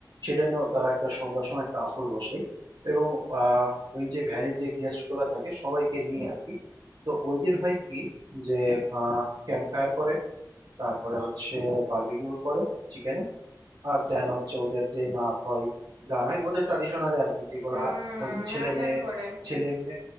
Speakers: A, on the right; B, on the right.
A: সেটা নিয়েও তারা একটা সন্ধ্যার সময় একটা আসর বসায় এবং আহ ওই যে ভ্যালির যে গেস্ট গুলা থাকে সবাইকে নিয়ে আর কি তো ওই দিন হয় কি যে ক্যাম্প ফায়ার করে তারপরে হচ্ছে বারবিকিউ করে চিকেনে আর দেন হচ্ছে ওদের যে নাচ হয় গান হয় ওদের ট্রাডিশনালি আর কি যেগুলা
B: উম
A: ওদের ছেলে
B: নাচ
A: মেয়ে
B: গান করে
A: ছেলে মেয়ে